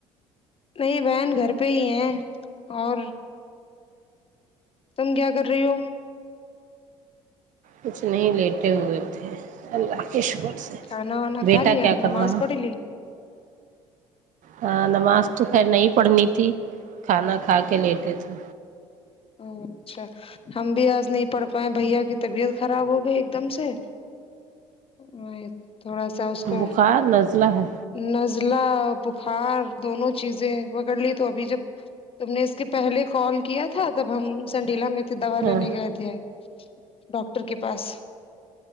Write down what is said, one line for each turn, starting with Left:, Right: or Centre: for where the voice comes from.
Left: نہیں بہن گھر پہ ہی ہے اور تم کیا کر رہی ہو
Right: کچھ نہیں لیٹے ہوئے تھے اللہ کے شکر سے
Left: کھانا وانا
Right: بیٹا
Left: کھا لیا
Right: کیا کر
Left: نماز
Right: رہا
Left: پڑھ لی
Right: ہاں نماز تو خیر نہیں پڑھنی تھی کھانا کھا کے لیٹے تھے
Left: ہوں اچھا ہم بھی آج نہیں پڑھ پائے بھیا کی طبیعت خراب ہو گئی ایک دم سے <unintelligible> سا اس کو
Right: بخار نزلہ ہے
Left: نزلہ بخار دونوں چیزیں پکڑ لی تو ابھی جب تم نے اس کے پہلے کال کیا تھا تب ہم سنڈیلا میں تھے دوا
Right: ہاں
Left: لینے گئے تھے ڈاکٹر کے پاس